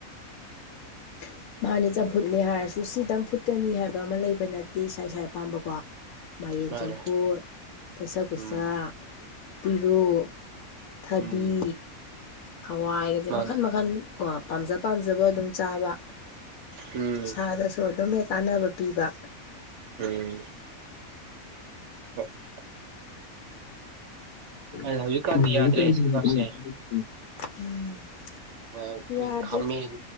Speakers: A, on the left (about 75°); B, on the right (about 65°).
A: <inaudible> ꯃꯥꯅꯦ ꯆꯝꯐꯨꯠꯅꯦ ꯍꯥꯏꯔꯁꯨ ꯁꯤꯗꯪ ꯐꯨꯠꯀꯅꯤ ꯍꯥꯏꯕ ꯑꯃ ꯂꯩꯕ ꯅꯠꯇꯦ ꯏꯁꯥ ꯏꯁꯥ ꯑꯄꯥꯥꯝꯕꯀꯣ ꯃꯥꯏꯔꯦꯟ
B: ꯃꯥꯅꯦ
A: ꯆꯝꯐꯨꯠ ꯗꯥꯁꯥꯀꯨꯁ
B: ꯎꯝ
A: ꯄꯤꯔꯨꯛ ꯊꯕꯤ
B: ꯎꯝ
A: ꯍꯋꯥꯏꯒꯗꯤ
B: ꯃꯥꯅꯦ
A: ꯃꯈꯟ ꯃꯈꯟ ꯀꯣ ꯄꯥꯝꯖ ꯄꯥꯝꯖꯕ ꯑꯗꯨꯝ ꯆꯥꯕ
B: ꯎꯝ
A: ꯏꯁꯥꯗꯁꯨ ꯑꯗꯨꯝ ꯍꯦꯛ ꯀꯥꯟꯅꯕ ꯄꯤꯕ
B: ꯎꯝ <unintelligible>
A: <unintelligible>
B: ꯑꯩꯅ ꯍꯧꯖꯤꯛꯀꯥꯟꯗꯤ ꯌꯥꯗ꯭ꯔꯦ ꯆꯤꯟꯖꯥꯛꯁꯦ ꯃꯡ ꯑꯩꯈꯣꯏ
A: ꯌꯥꯗ꯭ꯔꯦ
B: ꯈꯥꯃꯦꯟ